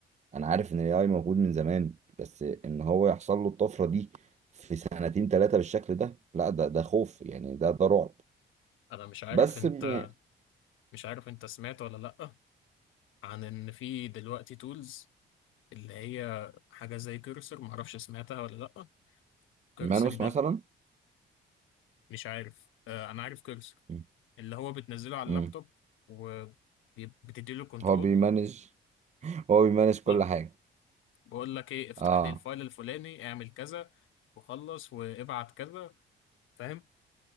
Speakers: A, on the right; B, on the left.
A: أنا عارف إن ال AI موجود من زمان بس إن هو يحصل له الطفرة دي في سنتين ثلاثة بالشكل ده لا ده ده خوف يعني ده ده رعب
B: انا مش عارف
A: بس
B: انت
A: يعني
B: مش عارف انت سمعت ولا لا عن ان في دلوقتي تولز اللي هي حاجه زي كيرسر معرفش سمعتها ولا لا كيرسر
A: مانوس
B: ده
A: مثلا
B: مش عارف آه انا عارف كيرسر
A: مم.
B: اللي هو بتنزله على
A: مم.
B: اللابتوب وبتديله كنترول
A: هو بيمانج <laughs> هو بيمانج
B: ده
A: كل حاجة
B: بقول لك ايه افتح
A: اه
B: لي الفايل الفلاني اعمل كذا وخلص وابعت كذا فاهم